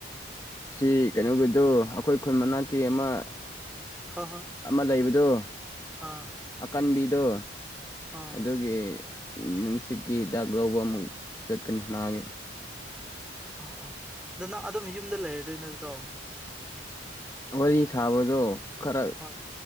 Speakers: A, on the left; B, in the centre.
A: ꯁꯤ ꯀꯩꯅꯣꯒꯤꯗꯨ ꯑꯩꯈꯣꯏ ꯈꯨꯟ ꯃꯅꯥꯛꯀꯤ ꯑꯃ
B: ꯍꯣꯏ ꯍꯣꯏ
A: ꯑꯃ ꯂꯩꯕꯗꯣ
B: ꯑꯥ
A: ꯑꯀꯟꯕꯤꯗꯣ
B: ꯑꯥ
A: ꯑꯗꯨꯒꯤ ꯅꯨꯡꯁꯤꯠꯀꯤ ꯍꯤꯗꯥꯛ ꯂꯧꯕ ꯑꯃꯨꯛ ꯆꯠꯀꯅꯤ ꯃꯥꯒꯤ
B: ꯑꯣ ꯑꯣ ꯑꯗꯨ ꯅꯪ ꯑꯗꯨꯝ ꯌꯨꯝꯗ ꯂꯩꯔꯗꯣꯏ ꯅꯠꯇ꯭ꯔꯣ
A: ꯋꯥꯔꯤ ꯁꯥꯕꯗꯣ ꯈꯔ
B: ꯍꯣꯏ